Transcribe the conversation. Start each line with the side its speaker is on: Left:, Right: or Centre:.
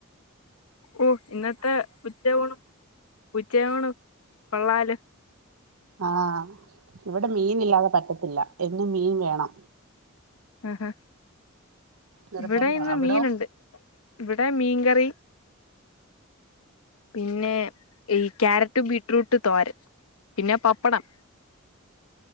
Left: ഓഹ് ഇന്നത്തെ ഉച്ച ഊണ് ഉച്ചയൂണ് കൊള്ളാലോ
Right: ആഹ് ഇവടെ മീൻ ഇല്ലാതെ പറ്റത്തില്ല എന്നും മീൻ വേണം
Left: ആഹ് ഹാ
Right: നിർബന്ധ
Left: ഇവടെ ഇന്ന്
Right: അവിടോ
Left: മീനുണ്ട് ഇവടെ മീൻങ്കറി പിന്നെ ഈ ക്യാരറ്റ് ബീറ്റ്റൂട്ട് തോരൻ പിന്നെ പപ്പടം